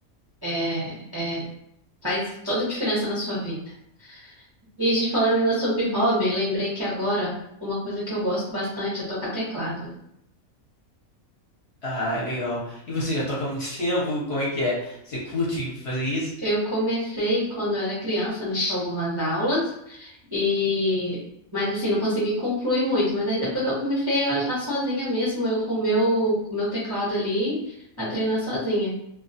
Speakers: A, on the right; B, on the left.
A: É, é, faz toda a diferença na sua vida. E a gente falando ainda sobre hobby, lembrei que agora uma coisa que eu gosto bastante é tocar teclado.
B: Ah, legal. E você já toca há muito <laughs> tempo? Como é que é? Você curte fazer isso?
A: Eu comecei quando eu era criança, né, com algumas aulas e mas assim, não consegui concluir muito, mas aí depois eu comecei a, a sozinha mesmo, eu com o meu, com o meu teclado ali, a treinar sozinha.